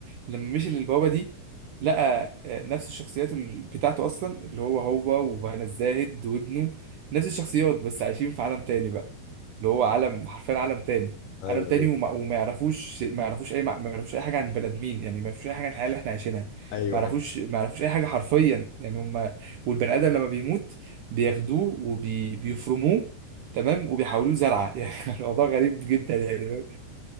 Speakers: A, on the right (about 70°); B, on the left (about 80°).
A: لما مشي للبوابه دي لقى آه، نفس الشخصيات ال- بتاعته اصلا اللي هو هو وهنا الزاهد وابنه نفس الشخصيات بس عايشين في عالم تاني بقى اللي هو عالم حرفيا عالم تاني
B: ايوه
A: عالم تاني
B: ايوه
A: وما, وما يعرفوش ما يعرفوش اي ما يعرفوش اي حاجه عن البني ادمين يعني ما يعرفوش اي حاجه عن الحياه اللي احنا عايشينها
B: ايوه
A: ما يعرفوش
B: ايوه
A: ما يعرفوش اي حاجه حرفيا يعني هم والبني ادم لما بيموت بياخدوه وبيفرموه تمام وبيحولوه زرعه <laughs> يعني الموضوع غريب جدا يعني فاهم؟